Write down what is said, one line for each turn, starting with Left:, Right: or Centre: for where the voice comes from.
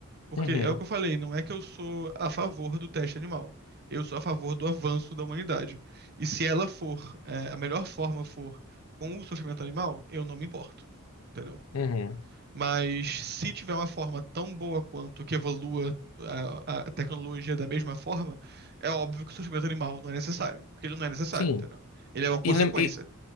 Right: Porque
Left: uhum,
Right: é o que eu falei, não é que eu sou a favor do teste animal. Eu sou a favor do avanço da humanidade. E se ela for, é, a melhor forma for com o sofrimento animal, eu não me importo. entendeu?
Left: uhum.
Right: Mas se tiver uma forma tão boa quanto que evolua a, a tecnologia da mesma forma, é óbvio que o sofrimento animal não é necessário, porque ele não é necessário,
Left: Sim.
Right: entendeu? Ele é uma consequência.
Left: E, lem- e,